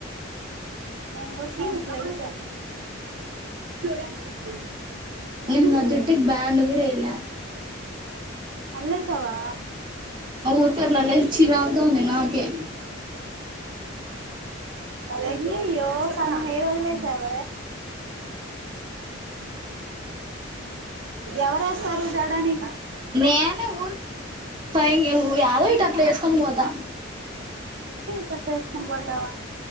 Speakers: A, on the right; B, on the right.
A: నేం గుడ్స్ కి రిప్లే ఇచ్చ నేమిస
B: నిన్న జుట్టుకి బ్యాండ్ కూడా ఏయలా
A: అల్లేసవా
B: ఊర్కె అట్ల అల్లేస్ ఛీర్రాక్గా ఉంది నాకే
A: ఎంగయ్యో సగం హేర్ వదిలేసావ. ఎవరెస్తారు జడని
B: నేనే ఊర్ పైంగ్ ఎంగేజ్ ఉ యాదో ఇట్ అట్ల వేస్కొం పోతా
A: తట్టెస్కొని బొతావ